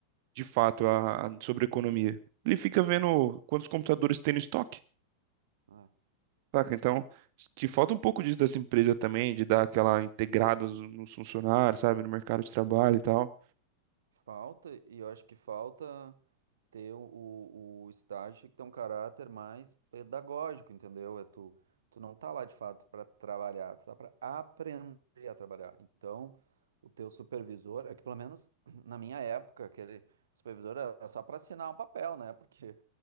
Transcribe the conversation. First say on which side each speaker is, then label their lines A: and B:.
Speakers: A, on the right (about 50°); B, on the right (about 65°).
A: de fato a, a- sobre economia?
B: Sim.
A: Ele fica vendo quantos computadores tem no estoque.
B: É.
A: Saca? Então, que falta um pouco disso dessa empresa também, de dar aquela integrada nos nos funcionários, sabe, no mercado de trabalho e tal.
B: Falta, e eu acho que falta ter o, o, o estágio que tem um caráter mais pedagógico, entendeu? É tu, tu não tá lá de fato para trabalhar, tu tá para aprender a trabalhar. Então, o teu supervisor, é que pelo menos <clears throat> na minha época, aquele supervisor era só para assinar um papel, né? Porque